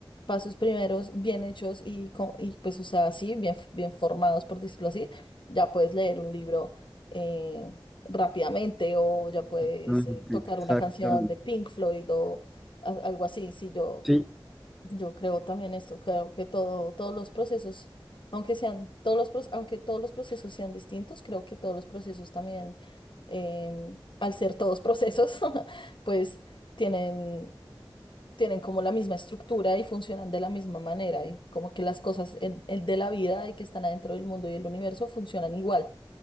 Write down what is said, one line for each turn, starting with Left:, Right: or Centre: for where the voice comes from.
Left: pasos primeros bien hechos y, co- y pues, o sea, así, bien, bien formados, por decirlo así, ya puedes leer un libro eh, rápidamente o ya puedes
Centre: ah,
Left: eh, tocar
Centre: Exactamente.
Left: una canción de Pink Floyd o a- algo así. Si yo
Centre: Sí,
Left: yo creo también esto, creo que todo, todos los procesos, aunque sean todos los, proce- aunque todos los procesos sean distintos, creo que todos los procesos también, em, al ser todos procesos, <laughs> pues tienen, tienen como la misma estructura y funcionan de la misma manera y como que las cosas en- en- de la vida y que están adentro del mundo y el universo funcionan igual.